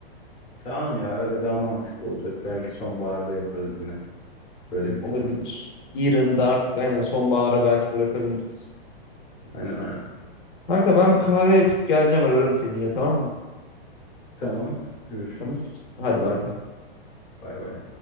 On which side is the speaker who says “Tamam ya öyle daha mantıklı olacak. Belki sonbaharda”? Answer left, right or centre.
Left